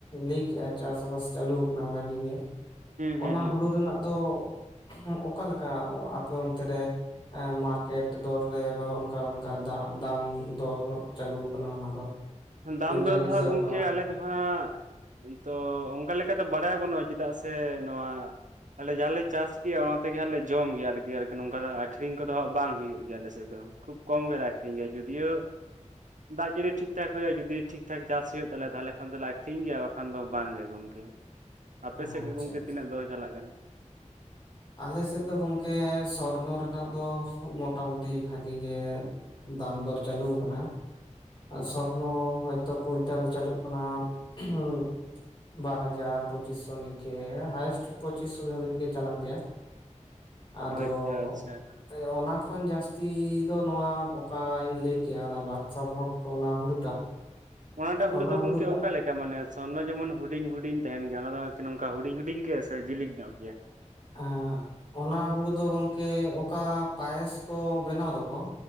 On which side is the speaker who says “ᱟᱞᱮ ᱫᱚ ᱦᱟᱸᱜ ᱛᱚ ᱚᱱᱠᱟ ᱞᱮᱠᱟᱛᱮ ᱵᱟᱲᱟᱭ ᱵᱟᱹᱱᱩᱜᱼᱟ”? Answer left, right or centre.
Right